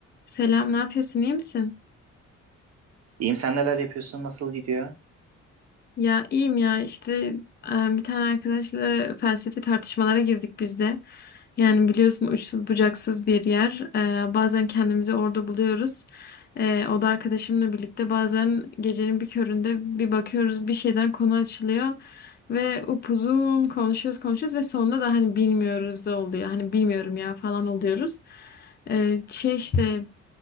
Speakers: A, on the left; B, on the right.
A: Selam, ne yapıyorsun? İyi misin?
B: İyiyim sen neler yapıyorsun? Nasıl gidiyor?
A: Ya iyiyim ya işte e, bir tane arkadaşla felsefi tartışmalara girdik biz de. Yani biliyorsun uçsuz bucaksız bir yer. E, Bazen kendimizi orada buluyoruz. E, O da arkadaşımla birlikte bazen gecenin bir köründe bir bakıyoruz bir şeyden konu açılıyor. Ve upuzun konuşuyoruz konuşuyoruz ve sonunda da hani bilmiyoruz da oluyor. Hani bilmiyorum ya falan oluyoruz. E, Şey işte